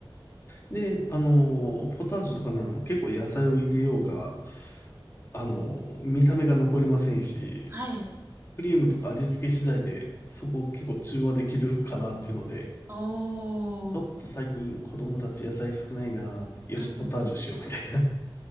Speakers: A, on the left; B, on the right.
A: で、あの、ポタージュとかなの結構野菜を入れようが、あの、見た目が残りませんし、
B: はい。
A: クリームとか味付け次第でそこ結構中和できるかなっていうので、
B: おー。
A: ちょっと最近子供たち野菜少ないな、よし、
B: うんうん。
A: ポタージュしようみたいな。